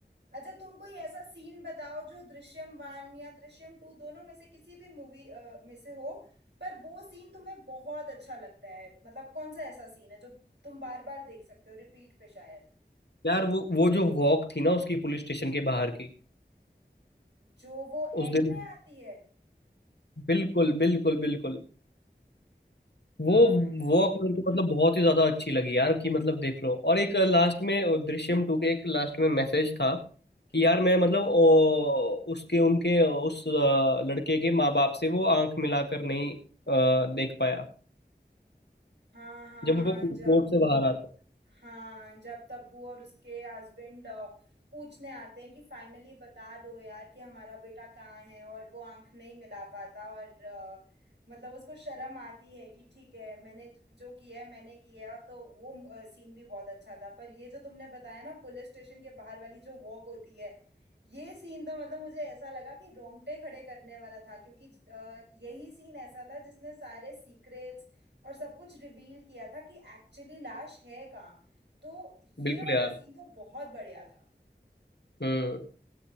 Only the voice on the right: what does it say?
अच्छा तुम कोई ऐसा सीन बताओ जो दृश्यम वन या दृश्यम टू दोनों में से किसी भी मूवी में से हो पर वो सीन तुम्हें बहुत अच्छा लगता है मतलब कौन सा ऐसा सीन है जो तुम बार बार देख सकते हो रिपीट पे शायद
जो वो एंड
में आती है
हाँ यार
हाँ हाँ
हाँ
जब
हाँ जब तब्बू और उसके हस्बैंड पूछने आते हैं कि फाइनली बता दो यार कि हमारा बेटा कहाँ है और वो आंख नहीं मिला पाता और अ, मतलब उसको शर्म आती है कि ठीक है मैंने ज- जो किया है मैंने किया है तो वो सीन भी बहुत अच्छा था पर ये जो तुमने बताया ना पुलिस स्टेशन के बाहर वाली जो वॉक होती है ये सीन तो मतलब मुझे ऐसा लगा कि रोंगटे खड़े करने वाला था क्योंकि अ, यही सीन ऐसा था जिसने सारे सीक्रेट्स और सब कुछ रिवील किया था कि एक्चुअली लाश है कहाँ तो ये
वाला
सीन तो बहुत बढ़िया था